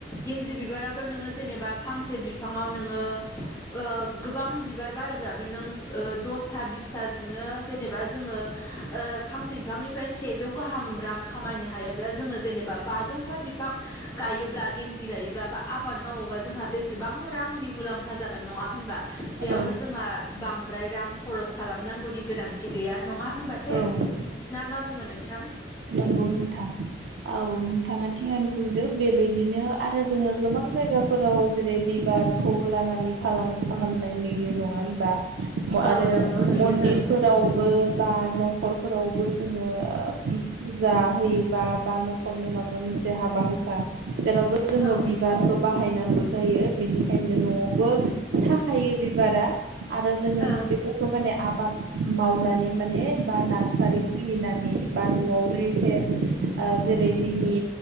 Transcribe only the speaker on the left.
गेन्जि बिबारावथ' नोङो जेनेबा फांसे बिफांआव नोङो ओ गोबां बिबार बारोबाबो नों द दस्था बिसथाजोंनो जेनेबा जोंङो ओ फांसे बिफांनि फ्राय सेजौ गाहाम रां खामायनो हायोब्ला जोङो जेनेबा बाजौथा बिफां गायोब्ला गेन जि गायोब्लाबो आबाद मावोबा जोंहा बेसेबां रांनि मुलाम्फा जागोन नंङा होनबा बेयावथ'
जोंहा बांद्राय रां खरस खालामनांगौनि गोनांथि गैया नङा होनबा
थे ना मा बुङो नोंथां?
औ
नंगौ नुयो
जों
औ
ओ